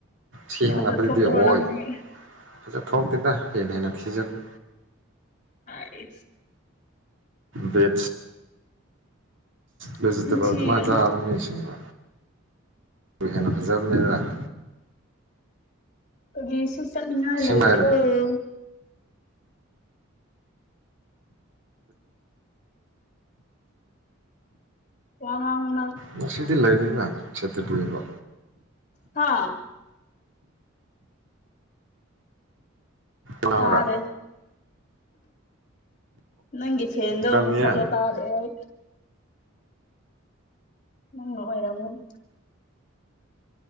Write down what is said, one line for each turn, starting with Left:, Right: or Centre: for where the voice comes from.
Right: ꯁꯦꯡꯅꯕꯗꯗꯤ
Left: ꯐꯖ ꯊꯣꯛꯇ꯭ꯔꯣ
Right: ꯑꯣꯏ
Left: ꯅꯪꯅꯤ
Right: ꯐꯖ ꯊꯣꯛꯇ‌ꯦꯗ ꯍ‌ꯦꯟꯅ ꯍ‌ꯦꯟꯅ ꯊꯤꯖꯜꯂꯤ
Left: <unintelligible>
Right: ꯕꯦꯠꯁ ꯚꯦꯖꯤꯇꯦꯕꯜ
Left: ꯅꯆꯤꯟ ꯊꯤꯒꯅꯨ
Right: ꯑꯗꯨꯃꯥꯏꯅ ꯆꯥꯕ ꯃꯤꯁꯤꯡꯅ ꯍꯦꯟꯅ ꯐꯖꯕꯅꯤꯗꯅ
Left: ꯀꯔꯤꯁꯨ ꯆꯠꯅꯤꯡꯉꯥꯏ
Right: ꯑꯁꯦꯡꯕ
Left: ꯂꯩꯇ꯭ꯔ‌ꫭ?
Right: ꯍꯥꯏꯔꯒ
Left: ꯋꯥꯉꯥꯡꯉꯨ ꯅꯪ
Right: ꯉꯁꯤꯗꯤ ꯂꯩꯔ‌ꯦꯅ ꯁꯠꯇꯗꯏꯕ
Left: ꯍꯥꯥ
Right: ꯉꯥꯡꯕ꯭ꯔꯥ
Left: ꯇꯥꯔꯦ ꯅꯪꯒꯤ ꯐꯦꯟꯗꯣ
Right: ꯌꯥꯝꯅꯤꯌꯦ
Left: ꯃꯨꯊꯠꯂꫭ ꯇꯗ꯭ꯔꯦ ꯑꯩ꯫ ꯅꯪꯅ ꯑꯣꯏꯔꯝꯒꯅꯤ